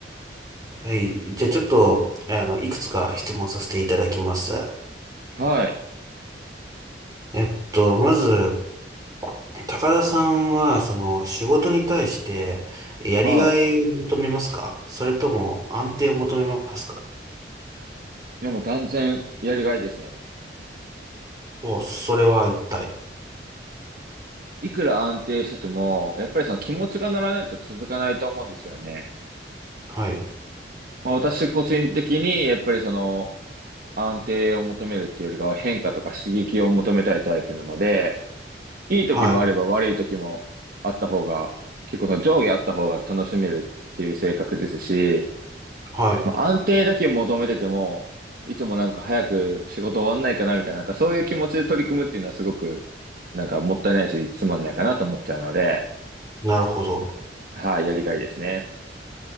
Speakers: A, on the right (about 20°); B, on the right (about 50°).
A: はい。じゃあちょっと、あの、いくつか質問させていただきます。
B: はい。
A: えっと、まず、高田さんは、その、仕事に対して、やりがいを求めますかそれとも、
B: は
A: 安定を求めますか
B: い。いや、もう断然やりがいですね。
A: ほう、それは一体。
B: いくら安定してても、やっぱりその気持ちが乗らないと続かないと思うんですよね。
A: はい。
B: まあ、私個人的に、やっぱりその安定を求めるっていうよりかは変化とか刺激を求めたいタイプなので、いい時もあれば悪い時もあった方が、
A: はい。
B: 結構その上下あった方が楽しめるっていう性格ですし、
A: はい。はい。
B: まあ、安定だけ求めてても、いつもなんか早く仕事終わんないかなみたいな、なんかそういう気持ちで取り組むっていうのはすごく、なんかもったいないし、つまんないかなと思っちゃうので、
A: なるほど。
B: はい、やりがいですね。